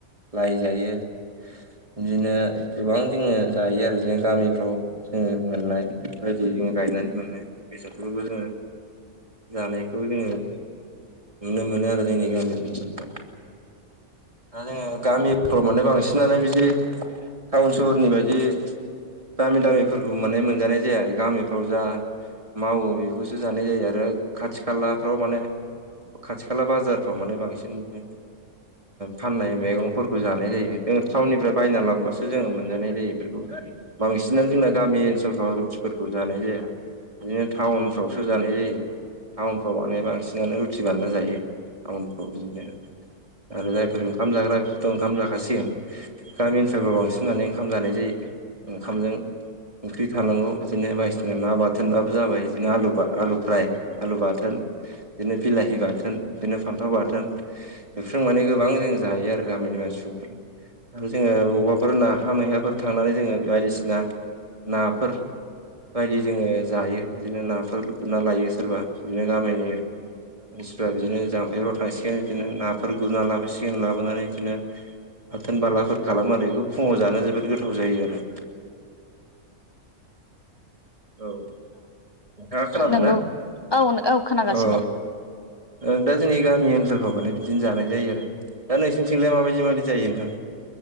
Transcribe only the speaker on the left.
नंगौ औ औ खोनागासिनो